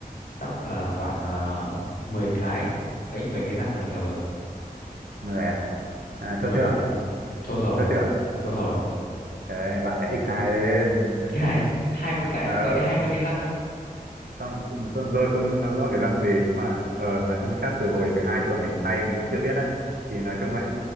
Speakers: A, on the left; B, on the right.
A: chắc là khoảng uh, 10 cái, gãy 10 cái răng là nhiều rồi,
B: người à, à
A: 10
B: chốt chưa
A: cái. Chốt rồi,
B: chốt chưa
A: chốt rồi.
B: trời ơi, bạn phải ích hai lên
A: Cái này 20 cái,
B: ờ
A: gãy 20 cái răng á.
B: không tôi, tôi tôi không hiểu rõ cái răng gì nhưng mà ờ nói chung chắc từ hồi từ hai tuổi mình thay mình cũng chưa biết đấy thì nói chung ấy